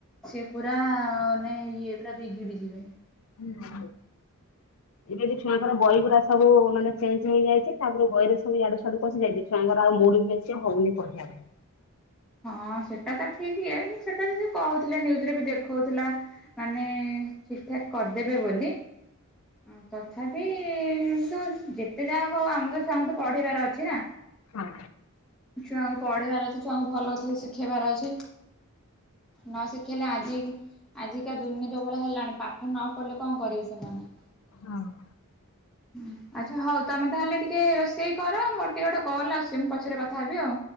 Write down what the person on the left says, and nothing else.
ହୁଁ।
ଏବେ ବି ଛୁଆଙ୍କର ବହି ଗୁଡା ସବୁ ମାନେ ଚେଞ୍ଜ ହେଇଯାଇଛି। ତାପରୁ ବହିରେ ସବୁ ଇଆଡୁ ସିଆଡୁ ପଶି ଯାଇଛି ଛୁଆଙ୍କର ଆଉ ମୁଡ଼ ବ ସେ ହଉନି ପଢିବା ପାଇଁ।
ହଁ।
ହଁ।